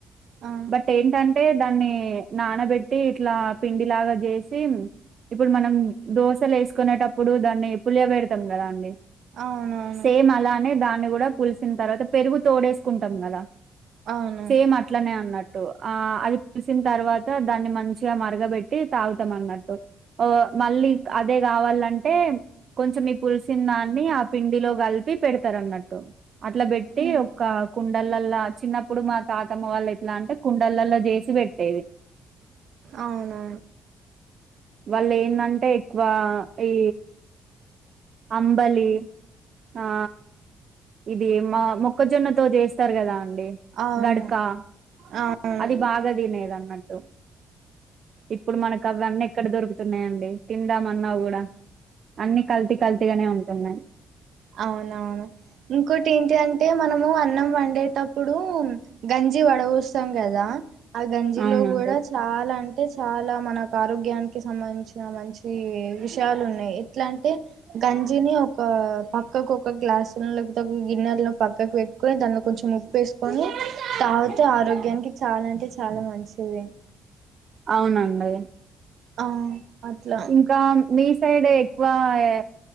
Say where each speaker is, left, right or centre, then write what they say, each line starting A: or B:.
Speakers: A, on the right (about 70°); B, on the right (about 55°).
A: ఆ
B: బట్ ఏంటంటే దాన్ని నానబెట్టి ఇట్లా పిండిలాగా చేసి ఇప్పుడు మనం దోశలు వేసుకునేటప్పుడు దాన్ని పులియ పెడతాం కదా అండి
A: అవునవును
B: సేమ్ అలానే దాన్ని కూడా పులిసిన తర్వాత పెరుగు తోడేసుకుంటాం కదా
A: అవును
B: సేమ్ అట్ అట్లనే అన్నట్టు ఆ అది పులిసిన తర్వాత దాన్ని మంచిగా మరగబెట్టి తాగు తంమన్నట్టు ఓ మళ్ళీ
A: ఉమ్,
B: అదే కావాలంటే కొంచెం ఈ పులిసిన దాన్ని ఆ పిండిలో కల్పి పెడతారు అన్నట్టు అట్లా పెట్టి
A: ఉమ్,
B: ఒక కుండలల్ల చిన్న ఇప్పుడు మా తాతమ్మ వాళ్ళ ఎట్లా అంటే కుండలల్లో చేసి పెట్టేది
A: అవును
B: వాళ్ళు ఏందమ్టే ఎక్కువ ఈ అంబలి ఆ ఇది మా మొక్కజొన్నతో చేస్తారు కదా అండి
A: అవును
B: గడకా
A: అవును
B: అది బాగా తినేదన్నట్టు ఇప్పుడు మనకు అవన్నీ ఎక్కడ దొరుకుతున్నాయండి తిందామన్నా కూడా అన్ని కల్తీ కల్తీగానే ఉంటున్నాయి
A: అవునవును ఇంకోటి ఏంటి అంటే మనము అన్నం వండేటప్పుడు గంజి వడపోస్తాం కదా ఆ గంజిలో
B: అవునండి
A: కూడా చాలా అంటే చాలా మనకు ఆరోగ్యానికి సంబంధించిన మంచి విషయాలు ఉన్నాయి ఎట్లా అంటే గంజిని ఒక ప పక్కకు ఒక గ్లాస్ లోనో లేకపోతే ఒక గిన్నెల పక్కకు పెట్టుకొని దాంట్లో కొంచెం ఉప్పు వేసుకొని తాగితే ఆరోగ్యానికి చాలా అంటే చాలా మంచిది
B: అవునండి
A: ఆ అట్లా
B: ఇంకా మీ సైడ్ వా ఏ